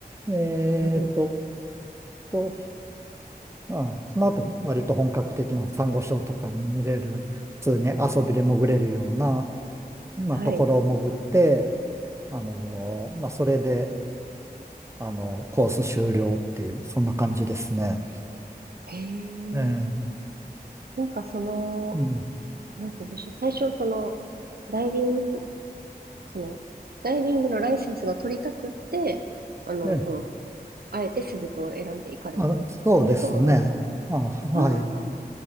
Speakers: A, on the right; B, on the right.
A: えーと、
B: はい、
A: と、うん、その後、割と本格的なサンゴ礁とか見れる、普通に遊びで潜れるような、まあ、
B: はい。
A: ところを潜って、あのーまあ、それで、あの、コース終了っていう、そんな感じですね。
B: へえ、
A: ええ、
B: なんかその、
A: うん。
B: なんて言うんでしょう。最初、その、ダイビングその、ダイビングのライセンスが取りたくって、あの、
A: え、
B: その、あえてセブ島を選んで行かれたんですかそれともなんか、
A: あ、そうですね。あ、はい。
B: ああ、